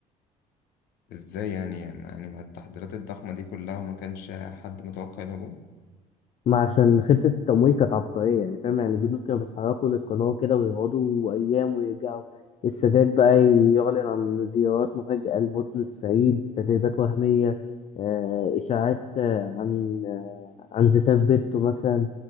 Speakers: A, on the left (about 75°); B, on the left (about 40°).
A: ازاي يعني يعني مع التحضيرات الضخمة دي كلها ما كانش حد متوقع الهجوم؟
B: ما عشان خطة التمويل كانت عبقرية يعني فاهم يعني الجدود كانوا بيتحركوا للقناة كده ويقعدوا أيام ويرجعوا السادات بقى يعلن عن زيارات مفاجئة لمدن الصعيد تدريبات وهمية آه، إشاعات آه، عن آه، عن زفاف بيته مثلا